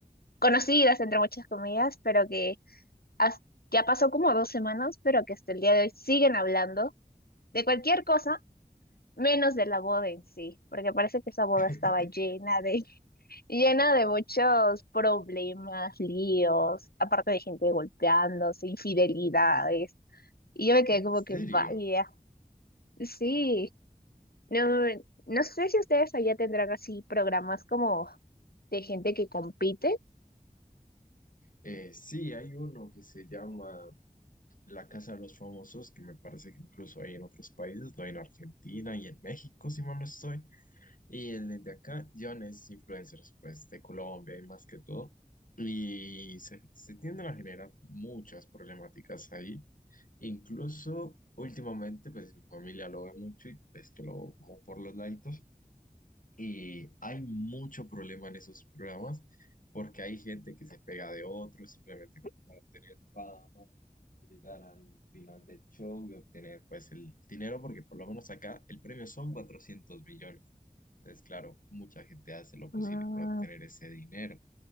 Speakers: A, on the left (about 85°); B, on the left (about 60°).
A: conocidas entre muchas comillas, pero que has- ya pasó como dos semanas, pero que hasta el día de hoy siguen hablando de cualquier cosa menos de la boda en sí, porque parece que esa boda
B: <laughs>
A: estaba llena de Llena de muchos problemas, líos, aparte de gente golpeándose, infidelidades. Y yo me quedé
B: ¿En
A: como
B: serio?
A: que, vaya, sí, no, no sé si ustedes allá tendrán así programas como de gente que compite.
B: Eh, sí, hay uno que se llama La Casa de los Famosos, que me parece que incluso hay en otros países, lo hay en Argentina y en México, si mal no estoy. Y el de acá, John es influencers, pues, de Colombia y más que todo. Y se, se tienden a generar muchas problemáticas ahí. Incluso últimamente, pues, mi familia lo ve mucho y pues que lo veo como por los laditos. Y hay mucho problema en esos programas porque hay gente que se pega de otros simplemente como para obtener fama, llegar al final del show y obtener pues el dinero porque por lo menos acá el premio son 400 millones. Entonces, claro, mucha gente hace lo posible
A: Mm,
B: para obtener ese dinero.